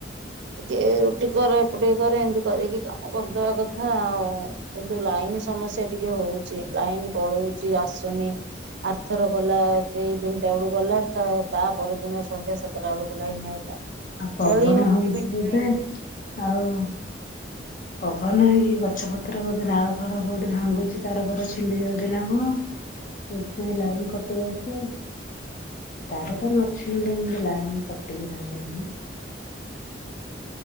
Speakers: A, on the right (about 70°); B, on the left (about 45°).
A: ଯେ ରୁଟି କର ଏପଟ କର ଏମତି କରିକି କାମ କରିଦବା କଥା ଆଉ। କିନ୍ତୁ ଲାଇନ୍ ସମସ୍ୟା ଟିକେ ହଉଛି। ଲାଇନ୍ ପଳଉଛି ଆସୁନି। ଆରଥର ଗଲା ସେଇ ତିନିଟା ବେଳକୁ ଗଲା ତା ପର ଦିନ ସନ୍ଧ୍ୟା ସାତଟା ବେଳକୁ ଲାଇନି ଆଇଲା।
B: ଆଉ ପବନ
A: ଚଳି ହଉନି
B: ହଉଛିି।
A: ବିନା
B: ଏବେ
A: ଲାଇନରେ
B: ହଉ ପବନଇକି ଗଛପତ୍ର ବୋଧେ ନାଳ ଫଳ କୋଉଠି ଭାଙ୍ଗୁଛି ତାର ଫାର ଛିଣ୍ଡି ଯାଉଛି। କଣ ଏଥିପାଇଁ ଲାଇନ କଟି ଦଉଛି ତାର ତ ନଛିଣିଲ ଏମିତି ଲାଇନ କଟିକି ରହିବନି।